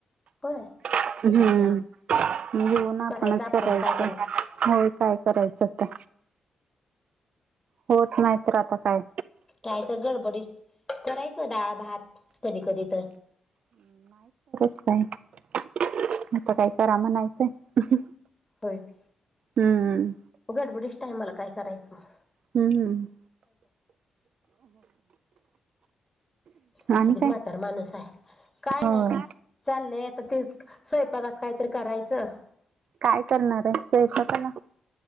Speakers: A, on the left; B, on the right.
A: होय.
B: हम्म
A: राहू दे राहू दे
B: घेऊन आपणच
A: करायचं आपण
B: करायचं
A: काय
B: होय काय करायचं होत नाही तर आता काय
A: कााय तर घड बडी करायचं डाळ भात कधी कधी तर
B: का असं काही करा म्हणायचंय
A: होयच
B: हम्म
A: गडबडीच टाय मला काय करायचं मग
B: हम्म
A: असु
B: आणि
A: दे
B: काय?
A: म्हातार माणूस आहे काय
B: होय.
A: नाही चाललंय आता तेच स्वयंपाकात काहीतरी करायचं
B: काय करणार आहे सयच त्याला